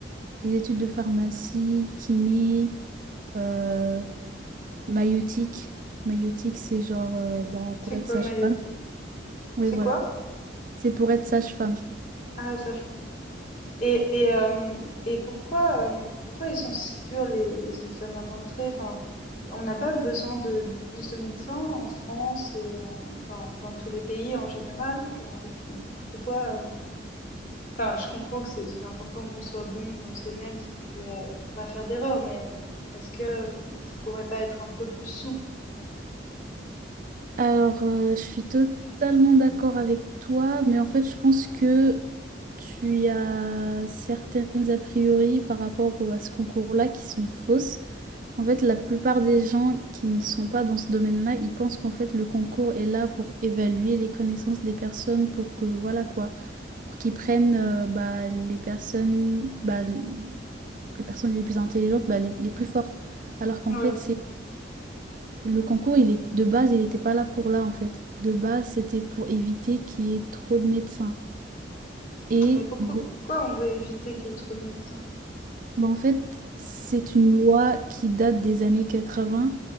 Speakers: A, on the right; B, on the left.
A: les études de pharmacie, kiné, euh, maïeutique. Maïeutique, c'est genre euh, bah,
B: C'est
A: pour être
B: quoi
A: sage-femme.
B: maïeutique? C'est
A: Oui, voilà.
B: quoi?
A: C'est pour être sage-femme.
B: Ah ça je comprends d'accord. Et et euh, et pourquoi euh, pourquoi ils sont si durs les les examens d'entrée? Enfin, on n'a pas besoin de, de plus de médecins en France et en enfin dans tous les pays en général. Genre, et- et pourquoi? euh, Enfin, je comprends que c'est c'est important qu'on soit bon dans ce domaine si on doit pour pas faire d'erreur, mais est-ce que euh, ça pourrait pas être un peu plus souple quand même?
A: Alors, euh, je suis totalement d'accord avec toi, mais en fait, je pense que tu as certaines a priori par rapport au- à ce concours-là qui sont fausses. En fait, la plupart des gens qui ne sont pas dans ce domaine-là, ils pensent qu'en fait, le concours est là pour évaluer les connaissances des personnes, pour que, voilà quoi, pour qu'ils prennent euh, bah, les personnes, bah, les personnes les plus intelligentes, bah, les les plus fortes. Alors qu'en
B: Ouais.
A: fait, c'est... Le concours, il est de base, il n'était pas là pour là en fait. De base, c'était pour éviter qu'il y ait trop de médecins. Et
B: Mais pourquoi
A: de-
B: pourquoi on veut éviter qu'il y ait trop de médecins?
A: bah, en fait, c'est une loi qui date des années quatre-vingts